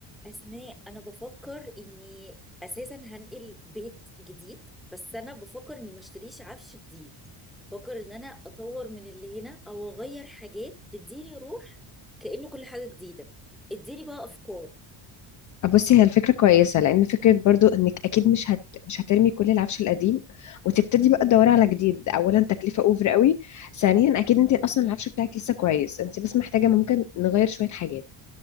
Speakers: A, in the centre; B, on the left (about 40°).
A: أسماء أنا بفكر إني أساسا هنقل بيت جديد بس أنا بفكر إني ما اشتريش عفش جديد بفكر إن أنا أطور من اللي هنا أو أغير حاجات تديني روح كأنه كل حاجة جديدة اديني بقى أفكار
B: آه، بصي هي الفكرة كويسة لأن فكرة برضو إنك أكيد مش هت... مش هترمي كل العفش القديم وتبتدي بقى تدوري على جديد أولا تكلفة أوفر قوي ثانيا أكيد أنت أصلا العفش بتاعك لسه كويس أنت بس محتاجة ممكن نغير شوية حاجات